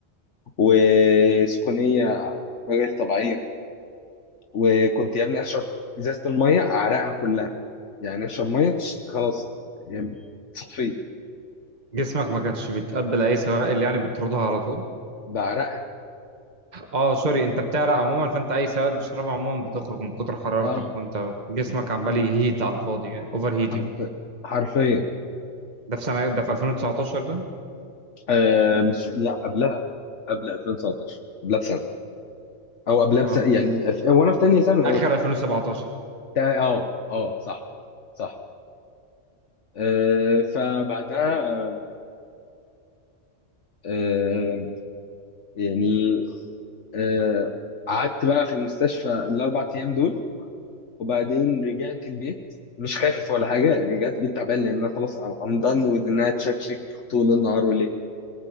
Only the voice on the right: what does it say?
جسمك ما كانش بيتقبل اي سوائل يعني بتطردها على طول
اه سوري انت بتعرق عموما فانت اي سواد بتشربه عموما بتخرج من كتر حرارتك
وانت جسمك عمال يهيت على الفاضي يعني اوفر هيتنج
ده في سنه ده في 2019 ده
اه
اخر
2017